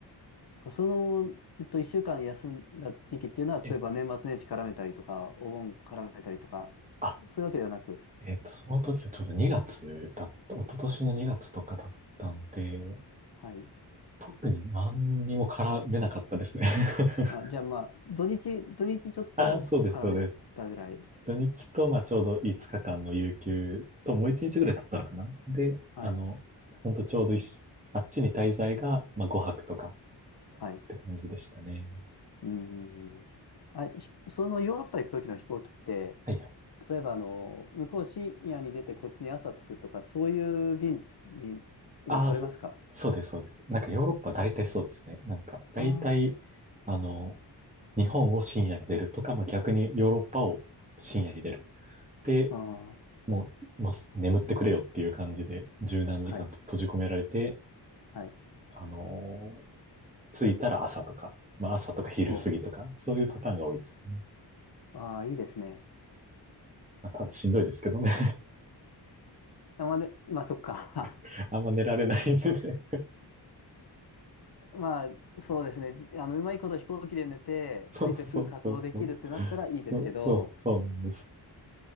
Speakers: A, on the left; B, on the right.
A: そっか、その、えっと、1週間休んだ時期っていうのは、例えば年末年始絡めたりとか、
B: ね。え、
A: お盆絡めたりとか、
B: あ、
A: そういうわけではなく、
B: えっと、その時はちょうど2月だった、一昨年の2月とかだったんで、
A: はい。
B: 特に何にも絡めなかったですね <laughs>
A: あ、じゃあまあ、土日、土日ちょっと絡めたぐらい。
B: ああそうです、そうです。土日と、まあ、ちょうど5日間の有給と、もう1日ぐらい取ったのかなで、
A: はい。
B: あの、ほんとちょうどいしあっちに滞在が、まあ、5泊とかっ
A: はい。
B: て感じでしたね。
A: うん。あ、ひそのヨーロッパ行く時の飛行機って、
B: はいはい。
A: 例えばあの、向こう深夜に出てこっちに朝着くとか、そういう便に、を取れますか
B: ああ、そそうです、そうです。なんかヨーロッパ大体そうですね。なんか大体、
A: あ
B: あの、日本を深夜に出るとか、まあ、逆にヨーロッパを深夜に出る。で、
A: あ、ああ、
B: もう、もう眠ってくれよっていう感じで、十何時間と閉じ込められて、
A: はい、はい。
B: あのー着いたら朝とか、まあ朝とか昼過ぎとか、
A: お
B: そういうパターンが多いですね。
A: ああー、いいですね。
B: まあ多分しんどいですけどね。
A: あまあ、で、まあ、そっか。
B: <laughs> あんま寝られないんでね。
A: <laughs> まあ、そうですね。じあの、うまいこと飛行機で寝て、
B: そうそうそうそう。
A: 着いてすぐ活動できるってなったらいいですけど、
B: そうそうそうなんです。